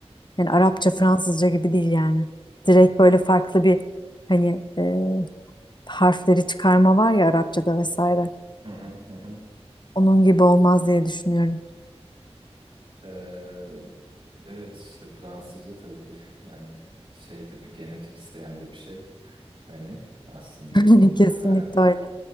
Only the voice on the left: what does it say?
Yani
Arapça,
Fransızca gibi değil yani.
Direkt böyle farklı bir hani e, harfleri çıkarma var ya Arapça'da vesaire.
Onun gibi olmaz diye düşünüyorum.
<laughs> Kesinlikle
öyle.